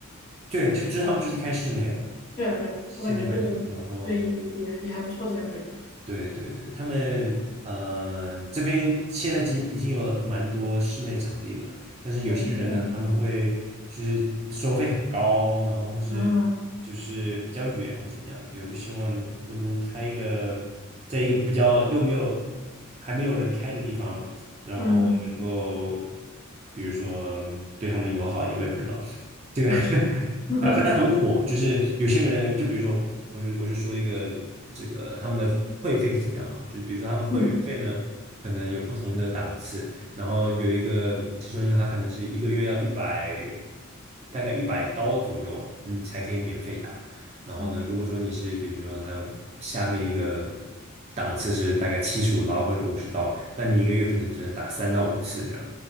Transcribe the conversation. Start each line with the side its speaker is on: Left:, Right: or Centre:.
Right: 对，就就是他们就是开室内的，
Left: 对啊，对啊，
Right: 现在蛮多人。
Left: 我感觉这个
Right: 然后，
Left: 对也也也还不错的感觉。
Right: 对对对，他们呃这边现在已经已经有蛮多室内场地的，但是有些人呢，
Left: 哦，
Right: 他们会就是收费很高，然后或是就是比较远或怎么样的。
Left: 啊，
Right: 对，我就希望能能不能开一个，在一个比较又没有还没有人开的地方，然后能够
Left: 嗯。
Right: 比如说对他们友好一点，我也不知道。这个。
Left: 是的，是的，<laughs>
Right: 啊，反正很火，就是有些人，就比如说，我就我就说一个这个他们的会费是怎么样哈，就是比如说他们会员费呢，
Left: 嗯
Right: 可能有不同的档次，然后有一个其中一个他可能是一个月要一百，大概一百刀左右，你才可以免费打。然后呢，
Left: 嗯，
Right: 如果说你是比如说还有下面一个档次是大概七十五刀或者五十刀，那你一个月可能只能打三到五次这样，